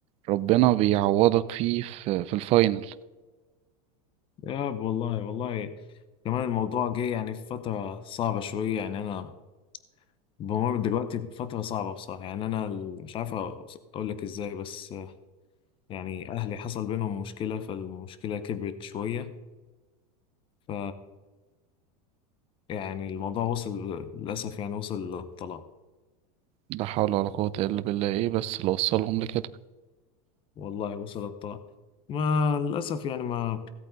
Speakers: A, on the right; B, on the left.
A: ربنا بيعوضك فيه في, في الفاينل
B: يا والله والله كمان الموضوع جه يعني في فترة صعبة شوية يعني أنا بمر دلوقتي بفترة صعبة بصراحة يعني أنا ال- مش عارف أوص- أقول لك إزاي بس آه، يعني أهلي حصل بينهم مشكلة فالمشكلة كبرت شوية ف يعني الموضوع وصل للأسف يعني وصل للطلاق
A: لا حول ولا قوة إلا بالله ايه بس اللي وصلهم لكده
B: والله وصل للطلاق ما للأسف يعني ما